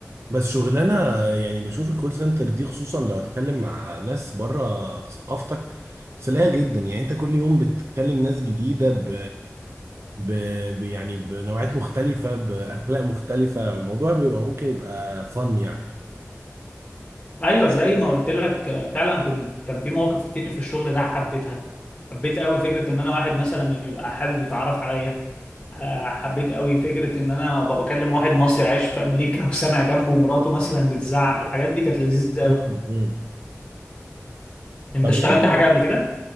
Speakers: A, on the right; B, on the left.
A: بس شغلانة يعني بشوف الكول سنتر دي خصوصا لو هتكلم مع ناس بره ثقافتك سلاية جدا يعني انت كل يوم بتتكلم ناس جديدة ب... ب... ب... يعني بنوعات مختلفة بأخلاق مختلفة الموضوع بيبقى ممكن يبقى فن يعني
B: ايوه زي ما قلت لك آه، فعلا كنت كان في مواقف كتير في الشغل ده حبيتها حبيت قوي فكره ان انا واحد مثلا يبقى حابب يتعرف عليا آه، حبيت قوي فكره ان انا ابقى بكلم واحد مصري عايش في امريكا <laughs> وسامع جنبه مراته مثلا بتزعق الحاجات دي كانت لذيذه
A: مم.
B: قوي
A: مم.
B: انت
A: طب
B: اشتغلت
A: ايه شغل...
B: حاجه قبل كده